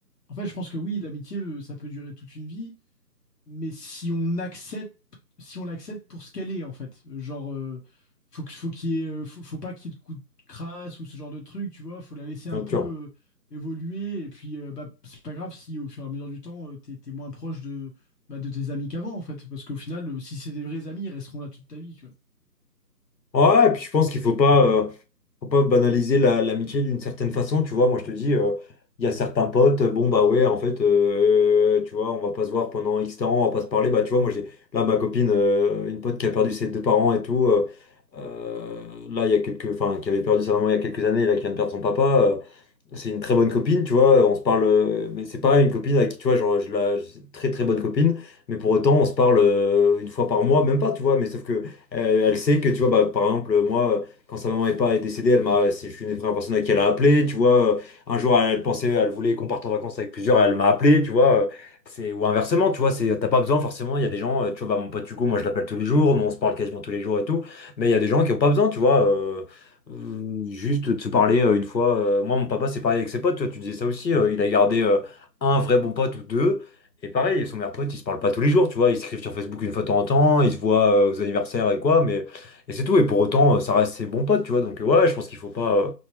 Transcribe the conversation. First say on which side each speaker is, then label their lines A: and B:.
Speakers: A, on the left; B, on the left.
A: en fait, je pense que oui, l'amitié, euh, ça peut durer toute une vie mais si on accepte, si on l'accepte pour ce qu'elle est, en fait. Genre, euh, faut que, faut qu'il y ait, euh, faut, faut pas qu'il y ait de coups de crasse ou ce genre de truc, tu vois. Faut la laisser
B: bien
A: un peu
B: sûr.
A: euh, évoluer. Et puis, euh, bah, c'est pas grave si au fur et à mesure du temps, euh, t'es, t'es moins proche de, bah, de tes amis qu'avant, en fait. Parce qu'au final, euh, si c'est des vrais amis, ils resteront là toute ta vie, tu
B: Ouais, et puis je pense qu'il faut pas, euh, faut pas banaliser la- l'amitié d'une certaine façon, tu vois. Moi, je te dis, euh, il y a certains potes, bon, bah ouais, en fait, euh, tu vois, on va pas se voir pendant X temps, on va pas se parler. Bah, tu vois, moi, j'ai là ma copine, euh, une pote qui a perdu ses deux parents et tout, euh, euh, là, il y a quelques, enfin, qui avait perdu sa maman il y a quelques années, là, qui vient de perdre son papa. euh, c'est une très bonne copine, tu vois, on se parle, euh, mais c'est pas une copine à qui, tu vois, genre, je la, c'est une très très bonne copine, mais pour autant, on se parle euh, une fois par mois, même pas, tu vois, mais sauf que euh, elle sait que, tu vois, bah, par exemple, moi, euh, quand sa maman est pas est décédée, elle m'a, c'est- je suis une des premières personnes à qui elle a appelé, tu vois, euh, un jour, elle, elle pensait, elle voulait qu'on parte en vacances avec plusieurs, elle m'a appelé, tu vois, euh, c'est, ou inversement, tu vois, c'est, t'as pas besoin, forcément, il y a des gens, euh, tu vois, bah, mon pote Hugo, moi, je l'appelle tous les jours, nous, on se parle quasiment tous les jours et tout, mais il y a des gens qui ont pas besoin, tu vois, euh, euh, Juste de se parler euh, une fois. euh, moi, mon papa, c'est pareil avec ses potes, tu vois, tu disais ça aussi. euh, il a gardé euh, un vrai bon pote ou deux. Et pareil, son meilleur pote, ils se parlent pas tous les jours, tu vois. Ils s'écrivent sur Facebook une fois de temps en temps, ils se voient euh, aux anniversaires et quoi, mais et c'est tout. Et pour autant, euh, ça reste ses bons potes, tu vois. Donc, euh, ouais, je pense qu'il faut pas, euh,